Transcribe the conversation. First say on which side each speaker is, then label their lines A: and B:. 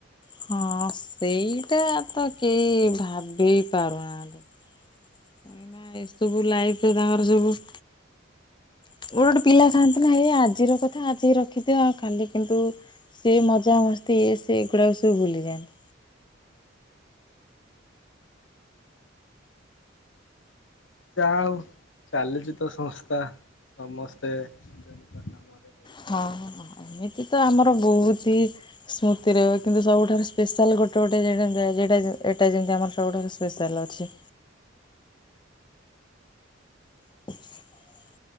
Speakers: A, on the left; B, on the left.
A: ହଁ ସେଇଟା ତ କେହି ଭାବି ପାରୁନାହାନ୍ତି। କାଇଁକିନା ଏ ସବୁ
B: ହବନି।
A: ଲାଇଫ୍ ରେ ତାଙ୍କର ସବୁ। ଗୋଟେ ଗୋଟେ ପିଲା ଥାଆନ୍ତି ନା ହେ ଆଜିର କଥା ଆଜି ରଖିଦିଅ ଆଉ କାଲି କିନ୍ତୁ। ସେଇ ମଜା ମସ୍ତି ଏ ସେଗୁଡାକକୁ ସବୁ ଭୁଲିଯାଆନ୍ତି।
B: ଯାହାହଉ ଚାଲିଚି ତ ସଂସ୍ଥା ସମସ୍ତେ। <inaudible>
A: ହଁ
B: ଥାଇକି
A: ହଁ
B: ବି
A: ଏମିତି ତ ଆମର ବହୁତ୍ ହି। ସ୍ମୃତିରେ କିନ୍ତୁ ସବୁଠାରୁ ସ୍ପେଶାଲ୍ ଗୋଟେ ଗୋଟେ ଜେଗା ଆଜି ଏଟା ଯିବୁ ଏଟା ଯେମିତି ଆମ ର ଗୋଟେ ଗୋଟେ ସ୍ପେଶାଲ୍ ଅଛି। <inaudible>